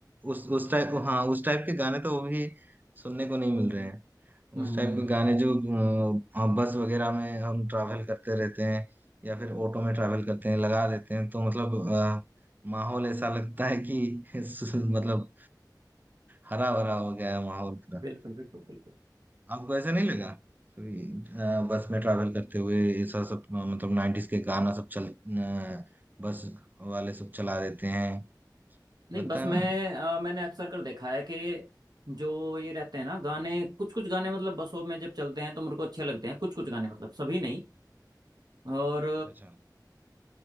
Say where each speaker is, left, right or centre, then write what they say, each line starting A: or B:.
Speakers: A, on the right; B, on the right.
A: उस उस टाइप हाँ उस टाइप के गाने तो वो भी सुनने को नहीं मिल रहे हैं
B: हम्म
A: उस टाइप
B: हम्म,
A: के गाने जो अ, बस वगैरह में हम ट्रैवल करते रहते हैं या फिर ऑटो में ट्रैवल करते हैं लगा देते हैं तो मतलब अ, माहौल ऐसा लगता है कि <laughs> सु- मतलब हरा भरा हो गया है माहौल पूरा
B: बिल्कुल बिल्कुल बिल्कुल
A: आपको ऐसा नहीं लगा कभी, अ, बस में ट्रैवल करते हुए ऐसा सब अ, मतलब नाइन्टीज के गाना सब चल अ, बस वाले सब चला देते हैं
B: नहीं
A: लगता
B: बस
A: है
B: मैं
A: ना
B: अ, मैंने अक्सर कर देखा है कि जो ये रहते हैं ना गाने कुछ कुछ गाने मतलब बसों में जब चलते हैं तो मेरे को अच्छे लगते हैं कुछ कुछ गाने मतलब सभी नहीं और
A: अच्छा अच्छा